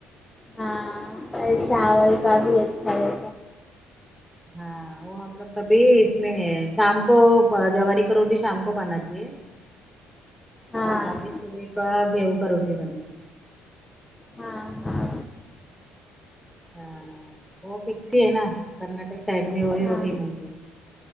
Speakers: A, on the left; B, in the centre.
A: ہاں چاول کا بھی اچھا ہے
B: ہاں وہ ہم لوگ کبھی اس میں ہے شام کو جواری کا روٹی شام کو بناتی ہے
A: ہاں
B: اور ابھی صبح کا گیہوں کا روٹی بناتی ہے
A: ہاں ہاں
B: ہاں وہ فکس ہی ہے نا کرناٹک سائڈ میں وہی
A: ہاں
B: روٹی ملتی